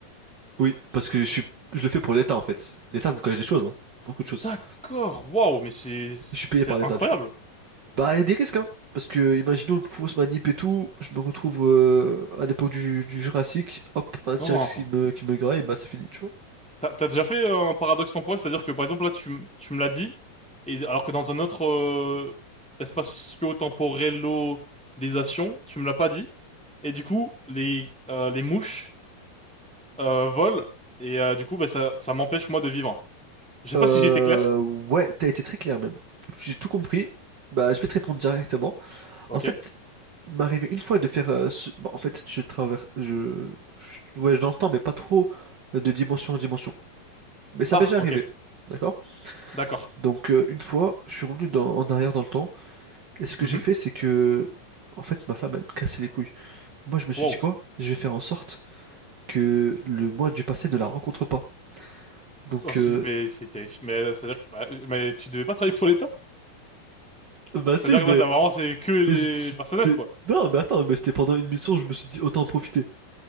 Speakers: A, on the right (about 65°); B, in the centre.
A: Oui, parce que je suis, je le fais pour l'État en fait. L'État vous cache des choses, hein. Beaucoup de choses.
B: D'accord, waouh, mais c'est
A: Je suis payé
B: c'est
A: par l'État
B: incroyable.
A: du coup. Bah, il y a des risques, hein. Parce que, imaginons une fausse manip et tout, je me retrouve euh, à l'époque du, du Jurassique, hop, un T-Rex
B: Oh.
A: qui me, qui me graille, bah c'est fini, tu vois.
B: T'as t'as déjà fait un paradoxe temporel, c'est-à-dire que par exemple là tu, m- tu me l'as dit, et alors que dans un autre euh, espacio-temporellisation, tu me l'as pas dit, et du coup les euh, les mouches euh, volent, et euh, du coup bah, ça ça m'empêche moi de vivre. Je sais
A: Euh,
B: pas si j'ai été clair.
A: ouais, t'as été très clair même. J'ai tout compris. Bah, je vais te répondre directement.
B: Ok.
A: En fait, il m'est arrivé une fois de faire. euh, ce- bon, en fait, je traverse. Je... je voyage dans le temps, mais pas trop euh, de dimension en dimension. Mais ça
B: Ah
A: m'est déjà arrivé.
B: ok,
A: D'accord?
B: d'accord.
A: Donc, euh, une fois, je suis revenu dans- en arrière dans le temps. Et ce que
B: Mhm.
A: j'ai fait, c'est que. En fait, ma femme, elle me cassait les couilles. Moi, je me suis
B: Wow.
A: dit quoi? Je vais faire en sorte que le moi du passé ne la rencontre pas. Donc,
B: Oh, c'est,
A: euh,
B: mais c'est terrible. Mais euh, c'est-à-dire que bah, mais tu devais pas travailler pour l'État?
A: bah si,
B: C'est-à-dire
A: mais.
B: que là, t'as vraiment, c'est que les
A: mais c'était.
B: personnels, quoi.
A: Non, mais attends, mais c'était pendant une mission, je me suis dit autant en profiter.